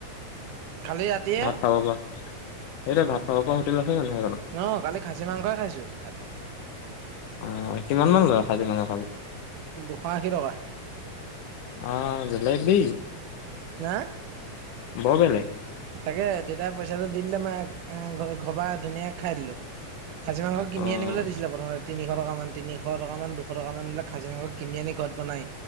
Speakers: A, on the right; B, on the left.
A: কালি ৰাতিয়ে
B: ভাত খাব পৰা, সেইটোৱে ভাত খাব পৰা হোটেল আছে জানো সেইখনত?
A: নহয় কালি খাছী মাংসয়ে খাইছো, ভাত।
B: অ'। কিমান মান লয় খাছী মাংস খালে?
A: দুশ-আশী টকা।
B: অ' বেলেগ দেই।
A: হা
B: বৰ বেলেগ!
A: তাকে দেউতাই পইচাটো দি দিলে, মে ঘৰপা ধুনীয়াকে খাই দিলো। খাছী মাংস কিনি
B: অ'
A: আনিবলৈ দিছিলে প্ৰথমতে তিনিশ টকামান, তিনিশ টকামান, দুশ টকা মান বোলে খাছী মাংস কিনি আনি ঘৰত বনাহি।